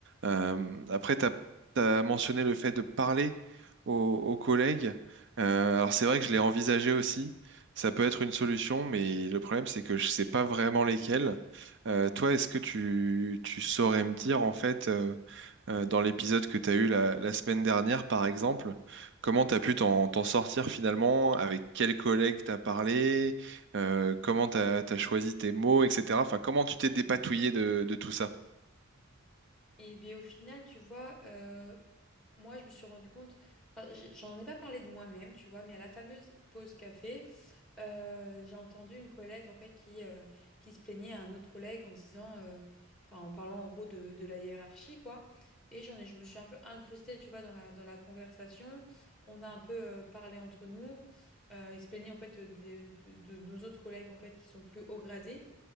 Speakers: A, on the right; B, in the centre.
A: Euh, après, tu as, mentionné le fait de parler aux, aux collègues. Euh, alors c'est vrai que je l'ai envisagé aussi. Ça peut être une solution, mais le problème, c'est que je sais pas vraiment lesquels. Euh, toi, est-ce que tu, tu saurais me dire, en fait, euh, euh, dans l'épisode que tu as eu la, la semaine dernière, par exemple, comment tu as pu t'en t'en sortir finalement, avec quels collègues tu as parlé, euh, comment tu as, choisi tes mots, etc. Enfin, comment tu t'es dépatouillé de, de tout ça?
B: Et bien au final, tu vois, euh, moi je me suis rendu compte, enfin, j'ai- j'en ai pas parlé de moi-même, tu vois, mais à la fameuse pause café, euh, j'ai entendu une collègue en fait qui, euh, qui se plaignait à un autre collègue en disant, euh, enfin en parlant en gros de, de la hiérarchie quoi. Et j'en ai, je me suis un peu incrustée, tu vois, dans la, dans la conversation. On a un peu euh, parlé entre nous. Euh, il se plaignait en fait de, de- de nos autres collègues en fait qui sont plus haut gradés.